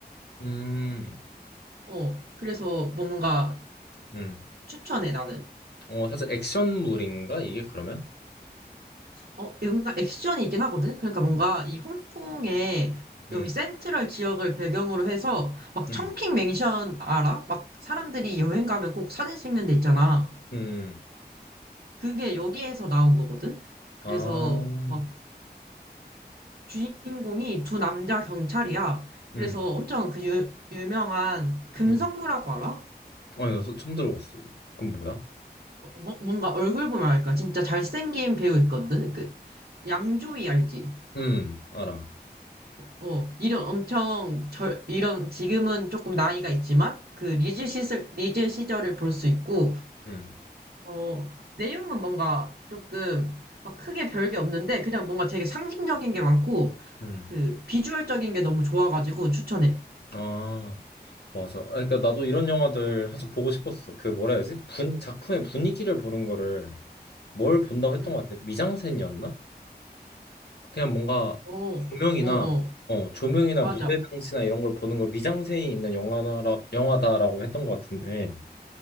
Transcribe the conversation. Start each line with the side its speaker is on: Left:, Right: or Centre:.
Left: 음,
Right: 어. 그래서 뭔가
Left: 음.
Right: 추천해 나는.
Left: 어, 사실 액션물인가 이게 그러면?
Right: 어, 뭔가 액션이 있긴 하거든? 그러니까 뭔가 이 홍콩의
Left: 음,
Right: 여기 센트럴 지역을 배경으로 해서 막
Left: 음,
Right: 청킹 맨션 알아? 막 사람들이 여행 가면 꼭 사진 찍는 데 있잖아.
Left: 음.
Right: 그게 여기에서 나온 거거든? 그래서
Left: 아, 어,
Right: 막 주인공이 두 남자 경찰이야. 그래서
Left: 음,
Right: 엄청 그 유, 유명한 금성무라고
Left: 음.
Right: 알아?
Left: 어, 나 소- 처음 들어봤어. 그건 뭐야?
Right: 어, 뭐- 뭔가 얼굴 보면 알까? 진짜 잘생긴 배우 있거든? 그 양조위 알지?
Left: 음, 알아.
Right: 어, 이런 엄청 절, 이런 지금은 조금 나이가 있지만 그 리즈 시절 리즈 시절을 볼 수 있고
Left: 음,
Right: 어, 내용은 뭔가 조금 막 크게 별게 없는데 그냥 뭔가 되게 상징적인 게 많고
Left: 음.
Right: 그 비주얼적인 게 너무 좋아가지고 추천해.
Left: 아, 맞아. 아, 그러니까 나도 이런 영화들 사실 보고 싶었어. 그 뭐라 해야지? 분, 작품의 분위기를 보는 거를 뭘 본다고 했던
Right: 응,
Left: 것 같아. 미장센이었나? 그냥 뭔가
Right: 어, 어,
Left: 조명이나,
Right: 어,
Left: 어, 조명이나
Right: 맞아.
Left: 무대 장치나 이런 걸 보는 걸 미장센이 있는 영화라, 영화다라고 했던 것 같은데.